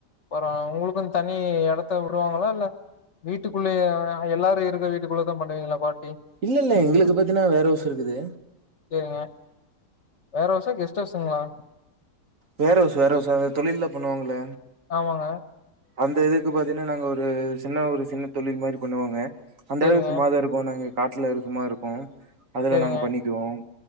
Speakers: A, on the left; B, on the right.
A: அப்றோ உங்களுக்கு தனி எடத்த விடுவாங்களா இல்ல வீட்டுக்குள்ளயே எல்லாரு இருக்க வீட்டுக்குள்ளதா பண்ணுவீங்களா பார்ட்டி
B: இல்ல இல்ல எங்களுக்கு பத்தினா வேற ஹவுஸ் இருக்குது
A: ஏங்க வேற ஹவுஸா கெஸ்ட் ஹவுஸ்ங்ளா
B: வேறவுஸ் வேறவுஸ் சார் அ தொழிலில்லா பண்ணுவாங்கல
A: ஆமாங்க
B: அந்த இதுக்கு பாத்தீங்கன்னா நாங்க ஒரு சின்ன ஒரு சின்ன தொழில் மாரி பண்ணுவோங்க அந்த
A: சேரிங்க
B: அளவுக்கு சும்மாதா இருக் போனாங்க காட்ல இருக்கமா இருக்கு அதுல
A: சேரிங்க
B: நாங்க பண்ணிக்குவோ